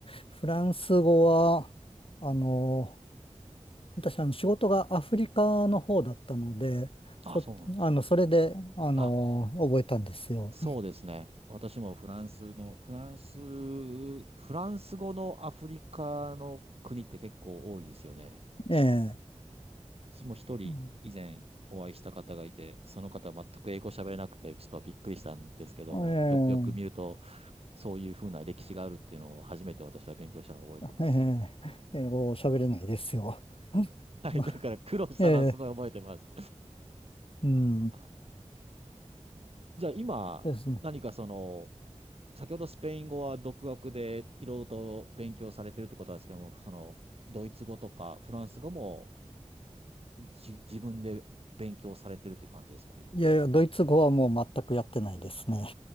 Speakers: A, on the left; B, on the right.
A: フランス語は、あの、私、あの、仕事がアフリカの方だったので、
B: あ、
A: そ、
B: そうなんです。
A: あの、それで、あの、
B: あ、
A: 覚えたんですよ。
B: そうですね。私もフランスの、フランス、フランス語のアフリカの国って結構多いですよね。
A: ええ、
B: 私も一人以前お会いした方がいて、
A: うん
B: その方は全く英語喋れなくて、ちょっとびっくりしたんですけども、
A: え
B: よくよく見ると、そういうふうな歴史があるっていうのを初めて私は勉強したのを覚えてますね。
A: え、ええ、英語を喋れないですよ。
B: はい。
A: <laughs>
B: だから苦労したのはすごい覚えてます。
A: ええ、うん、
B: はいじゃあ今、
A: ですね。
B: 何かその、先ほどスペイン語は独学でいろいろと勉強されてるってことなんですけども、その、ドイツ語とかフランス語もじ自分で勉強されてるという感じですか、今。
A: いやいや、ドイツ語はもう全くやってないですね。